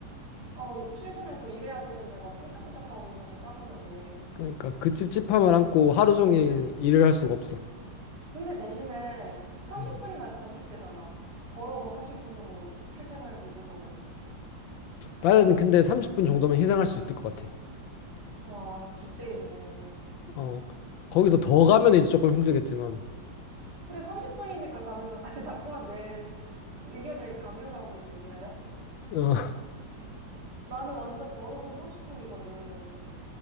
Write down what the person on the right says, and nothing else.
아, 출근해서 일해야 되는데 막 끈적끈적하고 이러면 짜증나지.
응.
근데 대신에 30분이나
단축되잖아. 걸어서 30분으로 출퇴근할 수 있는 거면.
와, 줏대 있네.
아,
그래, 30분이니까 가능한, <laughs> 아, 자꾸만 내 의견을 강요를 하고 있네. 미안해.
나는 완전 걸어서 30분이거든.